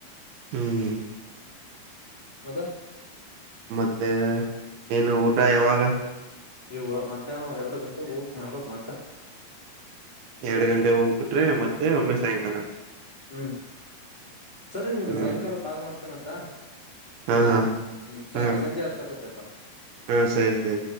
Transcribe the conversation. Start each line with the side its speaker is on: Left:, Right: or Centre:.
Right: ಹ್ಮ್
Left: ಅದು
Right: ಮತ್ತೆ ಏನು ಊಟ ಯಾವಾಗ
Left: ನೀವು ಮಧ್ಯಾಹ್ನ ಎರಡು ಗಂಟೆಗೆ ಹೋಗಿ ಮಾಡೋದು ಮತ್ತ
Right: ಎರಡ್ ಗಂಟೆ ಹೋಗ್ಬಿಟ್ರೆ ಮತ್ತೆ ಒಮ್ಮೆ ಸಾಯಂಕಾಲ
Left: ಹ್ಮ್ ಸರಿ ನಿಗ
Right: ಹ್ಮ್
Left: ಸಾಯಂಕಾಲ ಕಾಲ್ ಮಾಡ್ತೇನೆ ಹಾ
Right: ಹಾ
Left: ಇಡ್ಲಾ
Right: ಹಾ
Left: ಹ್ಮ್
Right: ಹಾ
Left: ಸಂಜೆ ಹತ್ಕತ
Right: ಹಾ ಸರಿ ಸರಿ